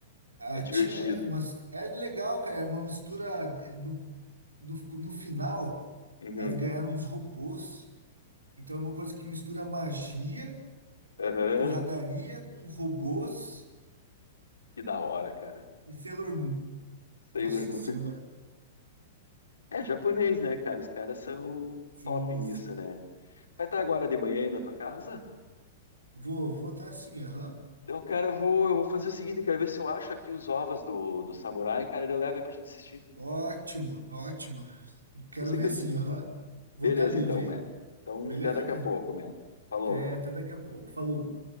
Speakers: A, on the right; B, on the left.
A: ah,
B: é divertido.
A: tinha umas, é legal, cara, é uma mistura. é, No, no, no final,
B: Uhum.
A: elas ganharam uns robôs. Então é uma coisa que mistura magia,
B: Aham.
A: porradaria com robôs
B: Que da hora, cara.
A: e Sailor Moon.
B: Sailor
A: Nossa,
B: Moon.
A: se chama.
B: <laughs> É japonês, né, cara? Os caras são
A: Sim,
B: top nisso,
A: isso.
B: né? Vai estar agora de manhã aí na tua casa?
A: Vou, vou estar assim, aham.
B: Então, cara, eu vou, eu vou fazer o seguinte, eu quero ver se eu acho aqui os ovos do, do samurai, cara, ele leva aí pra gente assistir.
A: Ótimo, ótimo. Quero
B: Eu sei
A: ver
B: que eu...
A: sim, aham.
B: Beleza,
A: Vou estar livre
B: então,
A: aí.
B: man. Então,
A: Beleza,
B: até daqui
A: man?
B: a pouco, man. Falou.
A: Até, até daqui a pouco. Falou.